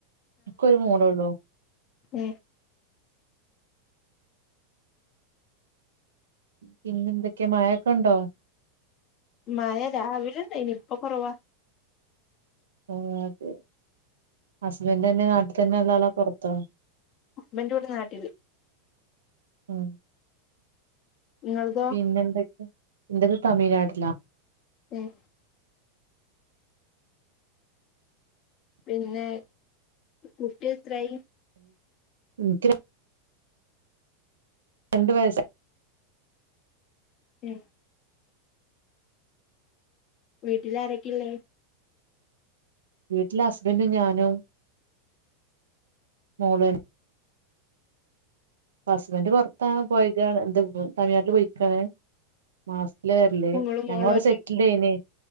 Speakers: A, on the right (about 80°); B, on the left (about 45°).
A: എനിക്കൊരു മൊളൊള്ളൂ
B: ഉം
A: പിന്നെന്തൊക്കെയാ മഴൊക്കെ ഉണ്ടോ
B: മഴ രാവിലണ്ടായിനി ഇപ്പൊ കൊറവാ
A: ഓ അതെ ഹസ്ബൻഡ് തന്നെ നാട്ടിൽ തന്നെ ഉള്ള ആളാ പൊറത്തോ
B: ഹസ്ബൻഡ് ഇവിടെ നാട്ടിൽ
A: ഉ
B: ഇങ്ങളതോ
A: പിന്നെന്തക്കെ ഇൻ്റത് തമിഴ്നാട്ടിലാ
B: ഉം പിന്നെ കുട്ടിത്രായി
A: ഇൻക്ക് ര രണ്ടു വയസ്
B: ഉം വീട്ടിൽ ആരൊക്കല്ലേ
A: വീട്ടില് ഹസ്ബൻഡും ഞാനും മൊളു ഹസ്ബന്റ് പുറത്താ പോയകാണ് എന്ത് തമിഴ്നാട്ടില് പോയിക്കാണ് മാസത്ത്ല വരല്ല്
B: ഇങ്ങളും
A: ഞങ്ങള്ടെ
B: മോളും ഒറ്റ
A: സെറ്റ് സെറ്റെ